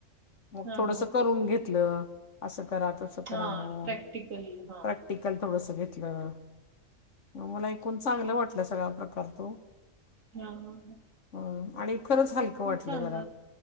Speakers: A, on the left; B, on the right.
A: मग
B: हा
A: थोडसं करून घेतलं असं करा, तसं करा
B: हा
A: म्हणून
B: प्रॅक्टिकली हा
A: प्रॅक् टीकल थोडस घेतलं, - मला एकूण चांगलं वाटलं सगळा प्रकार तो
B: हां हां हा
A: हा आणि खरंच हलकं वाटलं
B: चांगलं
A: जरा